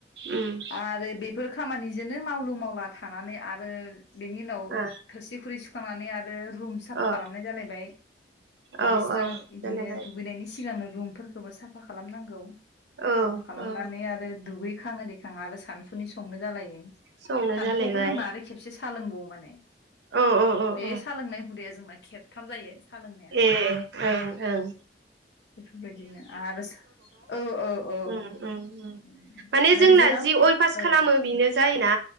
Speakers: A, on the right; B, on the left.
A: उम
B: आरो बे फोर खामानिजोंनो मावलु मावला थानानै आरो बेनि उनाव
A: ओ
B: थोरसि खुरै सु खोमानि आर आरो रुम साफा
A: अ
B: खालामनाय जालायबाय दुगैस्रां
A: औ औ
B: इदिनो
A: जालायबाय
B: दुगैनायनि सि सिगांनो रुमफोरखोबो साफा खालामनांगौ
A: औ
B: साफा खालामनानै
A: औ
B: आरो दुगै खाङो दैखां आरो सानफुनि संनो जालायो
A: संनो
B: सानफौआवबो
A: जालायबाय
B: जोंना आरो खेबसे सा लोंबावो माने
A: औ औ औ
B: बे
A: औ
B: सालोंनाय हुदाया जोंना खेब खाम जायो सा लोंनाया
A: ए - औ - औ
B: बेफोरबायदिनो आरो - सा - औ - औ - औ
A: उम उम उम
B: -
A: जोंना
B: माने जेरावखि
A: जि अयभास
B: -
A: खालामो
B: औ
A: बेनो जायोना